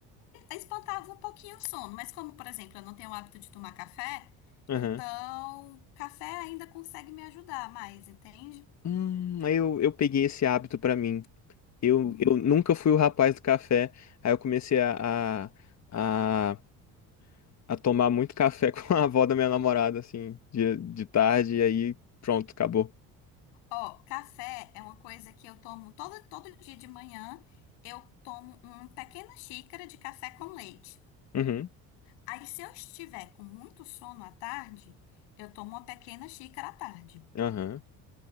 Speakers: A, on the left; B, on the left.
A: espantava um pouquinho o sono. Mas como, por exemplo, eu não tenho o hábito de tomar café,
B: Aham.
A: então café ainda consegue me ajudar mais, entende?
B: Hum, aí eu, eu peguei esse hábito pra mim. Eu,
A: Hum.
B: eu nunca fui o rapaz do café. Aí eu comecei a, a, a, a tomar muito café <laughs> com a avó da minha namorada, assim, de, de tarde, e aí pronto, acabou.
A: Ó, café é uma coisa que eu tomo todo, todo dia de manhã. Eu tomo uma pequena xícara de café com leite.
B: Uhum,
A: Aí, se eu estiver com muito sono à tarde, eu tomo uma pequena xícara à tarde.
B: aham.